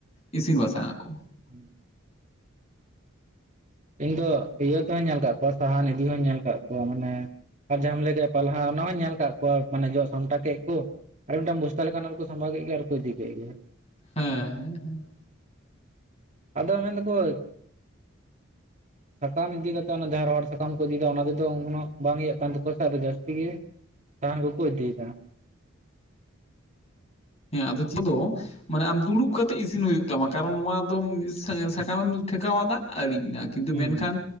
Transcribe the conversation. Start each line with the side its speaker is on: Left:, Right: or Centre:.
Left: ᱤᱥᱤᱱ ᱵᱟᱥᱟᱝ ᱟᱠᱚ᱾
Right: <inaudible> ᱤᱧ ᱫᱚ ᱤᱭᱟᱹ ᱛᱮᱦᱚᱧ ᱧᱮᱞ ᱠᱟᱜ ᱠᱚᱣᱟ ᱥᱟᱦᱟᱱ ᱤᱫᱤ ᱦᱚᱧ ᱧᱮᱞ ᱠᱟᱜ ᱠᱚᱣᱟ ᱢᱟᱱᱮ ᱟᱨ ᱡᱟᱦᱟᱸᱢ ᱞᱟᱹᱭ ᱠᱮᱜ ᱯᱟᱞᱦᱟ ᱚᱱᱟ ᱦᱚᱸᱭ ᱧᱮᱞ ᱠᱟᱜ ᱠᱚᱣᱟ ᱢᱟᱱᱮ ᱡᱚᱜ ᱥᱟᱢᱴᱟᱣ ᱠᱮᱜ ᱠᱚ ᱟᱨ ᱢᱤᱫᱴᱟᱝ ᱵᱚᱥᱛᱟ ᱞᱮᱠᱟᱱᱟᱜ ᱨᱮᱠᱚ ᱥᱟᱢᱵᱟᱣ ᱠᱮᱜ ᱜᱮ ᱟᱨ ᱠᱚ ᱤᱫᱤ ᱠᱮᱜ ᱜᱮ᱾
Left: ᱦᱩᱸ, ᱦᱩᱸ ᱦᱩᱸ᱾
Right: ᱟᱫᱚ ᱢᱮᱱ ᱫᱟᱠᱚ ᱥᱟᱠᱟᱢ ᱤᱫᱤ ᱠᱟᱛᱮ ᱚᱱᱟ ᱡᱟᱦᱟᱸ ᱨᱚᱦᱚᱲ ᱥᱟᱠᱟᱢ ᱠᱚ ᱤᱫᱤᱭᱮᱫᱟ ᱚᱱᱟ ᱛᱮᱫᱚ ᱩᱱᱟᱹᱜ ᱵᱟᱝ ᱤᱭᱟᱹᱜ ᱠᱟᱱ ᱛᱟᱠᱚᱣᱟ ᱥᱮ ᱟᱫᱚ ᱡᱟᱹᱥᱛᱤ ᱜᱮ ᱥᱟᱦᱟᱱ ᱠᱚᱠᱚ ᱤᱫᱤᱭᱮᱫᱟ᱾
Left: ᱦᱮᱸ ᱟᱫᱚ <inaudible> ᱢᱟᱱᱮ ᱟᱢ ᱫᱩᱲᱩᱵ ᱠᱟᱛᱮ ᱤᱥᱤᱱ ᱦᱩᱭᱩᱜ ᱛᱟᱢᱟ ᱠᱟᱨᱚᱱ ᱱᱚᱣᱟ ᱫᱚ ᱮᱸ ᱥᱟ ᱥᱟᱠᱟᱢᱮᱢ ᱴᱷᱮᱠᱟᱣ ᱟᱫᱟ ᱟᱲᱤᱡ ᱮᱱᱟ ᱠᱤᱱᱛᱩ
Right: ᱦᱩᱸ
Left: ᱢᱮᱱᱠᱷᱟᱱ